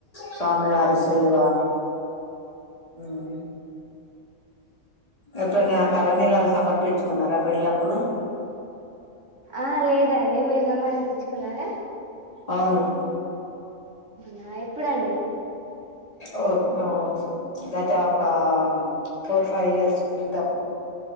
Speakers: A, on the left (about 25°); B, on the right (about 55°).
A: స్వామివారి సేవా ఉమ్ ఎప్పుడైనా తలనీళాలు సమర్పించుకున్నారా వెళ్ళినప్పుడు
B: ఆ లేదండి మీరు సమర్పించుకున్నారా
A: అవును
B: అవునా ఎప్పుడండి
A: ఒ ఒ గత ఒక ఫోర్ ఫైవ్ ఇయర్స్ క్రితం